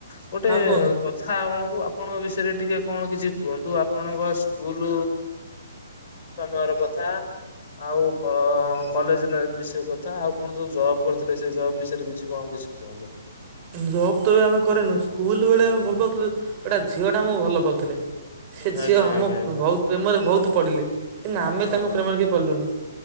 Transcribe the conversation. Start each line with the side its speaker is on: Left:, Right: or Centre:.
Left: ଗୋଟେ
Right: ହଁ କୁହନ୍ତୁ।
Left: କ ଥା ଆପଣଙ୍କୁ ଆପଣଙ୍କ ବିଷୟରେ ଟିକେ କଣ କିଛି କୁହନ୍ତୁ ଆପଣଙ୍କ ସ୍କୁଲ୍ ସମୟର କଥା ଆଉ କ କଲେଜ୍ ରେ ବିଷୟ କଥା ଆଉ କଣ ଯୋଉ ଜବ୍ କର୍ ଥିଲେ ସେ ଜବ୍ ବିଷୟରେ କିଛି କଣ କିଛି କୁହନ୍ତୁ।
Right: ଜବ୍ ତ ଏବେ ଆମେ କରିନୁ ସ୍କୁଲ୍ ବେଳେ ଆମେ ଭଲ ପାଉଥୁଲେ ଏଟା ଝିଅଟା ଆମୁ ଭଲ ପାଉଥୁଲେ। ସେ
Left: ଆଜ୍ଞା
Right: ଝିଅ ଆମ
Left: ଆଜ୍ଞା ଆଜ୍ଞା
Right: ଭଉ ପ୍ରେମରେ ଭଉତୁ ପଡ଼ିଲେ କିନ୍ତୁ ଆମେ
Left: ହଁ
Right: ତାଙ୍କ ପ୍ରେମରେ କେହି ପଡି଼ଲୁନେଇ।